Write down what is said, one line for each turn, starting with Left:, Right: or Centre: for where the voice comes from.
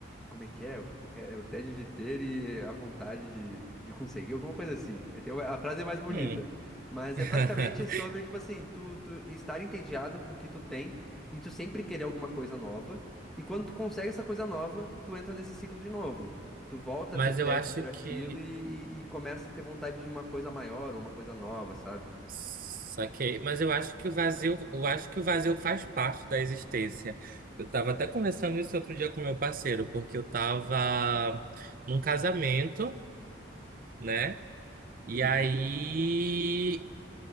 Centre: Como é que é? O, o, re- é o tédio de ter e a vontade de, de conseguir, alguma coisa assim. Eh, Tem uma- a frase é mais bonita.
Right: Hum.
Centre: Mas
Right: <laughs>
Centre: é basicamente sobre, tipo assim, tu, tu estar entediado com o que tu tem e tu sempre querer alguma coisa nova. E quando tu consegue essa coisa nova, tu entra nesse ciclo de novo. Tu volta
Right: Mas
Centre: a ter
Right: eu
Centre: tédio
Right: acho
Centre: por aquilo
Right: que
Centre: e, e, e começa a ter vontade de uma coisa maior ou uma coisa nova, sabe?
Right: saquei, mas eu acho que o vazio, eu acho que o vazio faz parte da existência. Eu estava até conversando isso outro dia com meu parceiro, porque eu estava num casamento, né? E
Centre: Uhum.
Right: aí